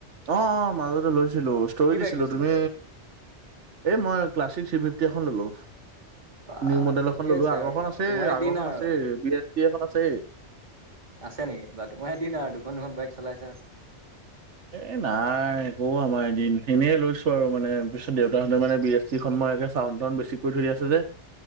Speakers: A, on the right (about 85°); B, on the right (about 40°).
A: অ', অ', মাজতে লৈছিলো। ষ্ট'ৰি
B: কি
A: দিছিলো
B: বাইক লৈছিলা
A: তুমি এ মই ক্লাছিক থ্ৰী ফিফটি এখন ল'লো।
B: বা
A: নিউ মডেল
B: ঠিকে
A: এখন ললো
B: আছে
A: আগৰখন
B: আৰু
A: আছেই,
B: তোমাৰে
A: আগৰখন
B: দিন আৰু
A: আছে বি এছি এখন আছেই। <inaudible>
B: আছে নেকি বাৰ তোমাৰহে দিন আৰু দুখন-দুখন বাইক চলাইছ আৰু
A: এ নাই একো আমাৰে দিন এনেই লৈছো আৰু মানে পিছত দেউতাহঁতৰ মানে বি এছ চি খন মই চাউণ্ড-টাউণ্ড বেছি কৰিলোঁ। ফ্ৰী আছোঁ যে